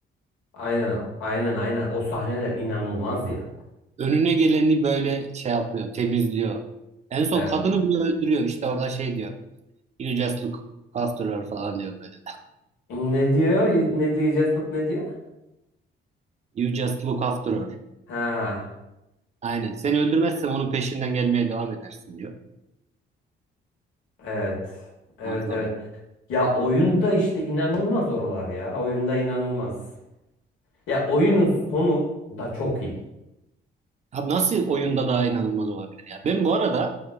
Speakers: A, on the left; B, on the right.
A: Aynen. Aynen aynen. O sahneler inanılmaz ya.
B: Önüne geleni böyle şey yapıyor temizliyor. En son
A: Evet.
B: kadını bile öldürüyor İşte orada şey diyor. You just look after her falan diyor böyle.
A: Ne diyor? Ne diyor? You Just Look ne diyor?
B: You just look after her.
A: Ha.
B: Aynen. Seni öldürmezsem onun peşinden gelmeye devam edersin diyor.
A: Evet. Evet
B: Muazzam.
A: evet. Ya oyunda işte inanılmaz oralar ya. Oyunda inanılmaz. Ya oyunun sonu da çok iyi.
B: Abi nasıl oyunda daha inanılmaz olabilir ya? Ben bu arada